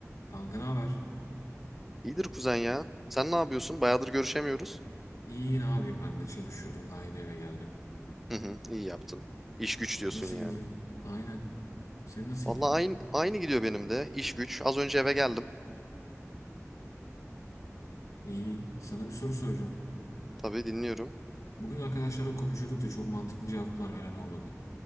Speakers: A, on the left; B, in the centre.
A: Kanka ne haber?
B: İyidir kuzen ya. Sen ne yapıyorsun? Bayağıdır görüşemiyoruz.
A: İyi ne yapayım ben de çalışıyordum daha yeni eve geldim.
B: Hı hı, iyi yaptın. İş güç diyorsun
A: Nasıl
B: yani.
A: gidiyor? Aynen. Senin nasıl
B: Vallahi
A: gidiyor?
B: aynı, aynı gidiyor benim de. İş güç. Az önce eve geldim.
A: İyi. Sana bir soru soracağım.
B: Tabii dinliyorum.
A: Bugün arkadaşlarla konuşuyorduk da çok mantıklı cevaplar veren olmadı.